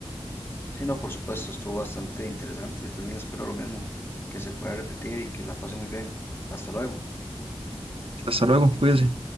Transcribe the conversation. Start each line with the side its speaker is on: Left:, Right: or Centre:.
Left: Sí, no, por supuesto, estuvo bastante interesante. Yo también espero lo mismo, que se pueda repetir y que la pase muy bien. Hasta luego.
Right: Hasta luego, cuídense.